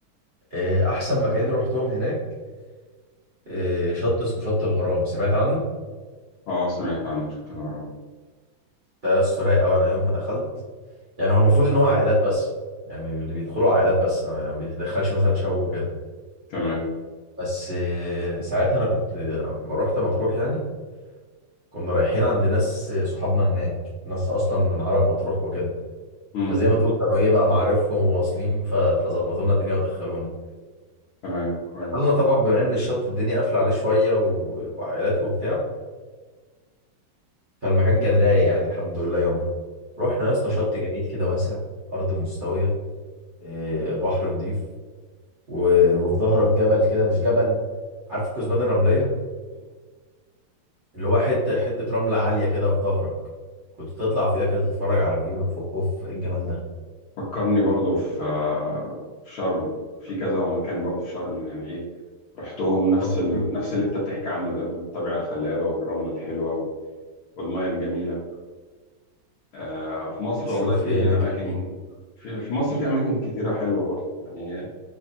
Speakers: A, on the right; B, on the left.
A: آه، احسن مكانين رحتهم هناك آه، شط اسمه شط الغرام سمعت عنه
B: اه سمعت عنه شفت اللي وراه
A: ده يا اسطى رايق قوي انا يومها دخلت يعني هو المفروض ان هو عائلات بس يعني اللي بيدخلوا عائلات بس ما بيتدخلش مثلا شباب وكده
B: تمام
A: بس آه، ساعتها انا كنت آه، اما رحت مطروح يعني كنا رايحين عند ناس آه، صحابنا هناك ناس اصلا من عرب مطروح وكده
B: امم
A: فزي ما تقول كانوا ايه بقى معارفهم وواصلين ف- فظبطوا لنا الدنيا ودخلونا
B: تمام كويس
A: دخلنا طبعا بما ان الشط الدنيا قافله عليه شويه و- وعائلات وبتاع فالمكان كان رايق يعني الحمد لله يومها رحنا يا اسطى شط جميل كده واسع ارض مستويه إيه، بحر نضيف و- وفي ظهرك جبل كده مش جبل عارف الكثبان الرمليه اللي هو حته حته رمله عاليه كده في ظهرك كنت تطلع فيها كده تتفرج على الفيو من فوق اوف إيه الجمال ده
B: فكرني برضو في في شرم في كذا مكان برضو في شرم يعني ايه رحتهم
A: <laughs>
B: نفس
A: رحت-
B: ال... نفس اللي انت بتحكي عنه ده الطبيعة الخلابة والرملة الحلوة و- والمية الجميلة آه في مصر
A: شفت
B: والله في
A: ايه هناك
B: أماكن
A: احكي لي
B: في في مصر في أماكن كتيرة حلوة برضو يعني